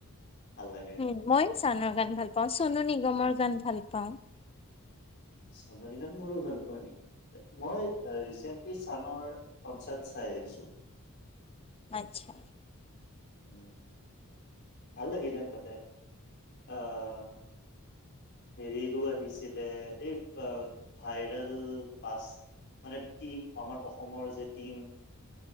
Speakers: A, on the left; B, on the left.
A: ভাল লাগে
B: উম মই চানৰ গান ভাল পাও চনু ন গমৰ গান ভাল পাওঁ।
A: চ মোৰো ভাল পোৱা নেকি মই ৰিচেন্টলি চানৰ কনচাৰ্ট চাই আহছো।
B: আচ্ছা।
A: উম, ভাল লাগিলে তাতে অ' হেৰিৰো আহিছিলে এই ভাইৰেল পাচ মানে, টীম আমাৰ অসমৰ যে টিম।